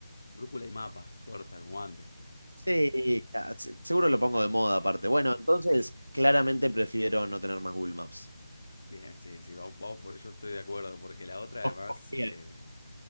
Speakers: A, on the left; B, on the right.
A: Brújula y mapa, corta, como antes.
B: Sí, ah, se- seguro lo pongo de moda aparte. Bueno, entonces claramente prefiero no tener más Google Maps.
A: <laughs> Bien, sí, sí, vamos, vamos por, yo estoy de acuerdo, porque la otra
B: Dos
A: además,
B: comidas.
A: eh,